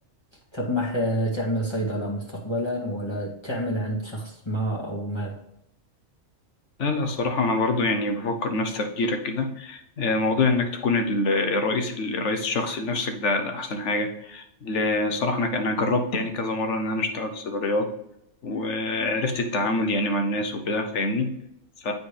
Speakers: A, on the left; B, on the left.
A: تطمح آه، تعمل صيدلة مستقبلا ولا تعمل عند شخص ما أو ما
B: لا لا الصراحة أنا برضو يعني بفكر نفس تفكيرك كده آه، موضوع إنك تكون ال- الرئيس الرئيس الشخصي لنفسك ده ده أحسن حاجة ل- صراحة أنا أنا جربت يعني كذا مرة إن أنا أشتغل في صيدليات وعرفت التعامل يعني مع الناس وكده فاهمني ف-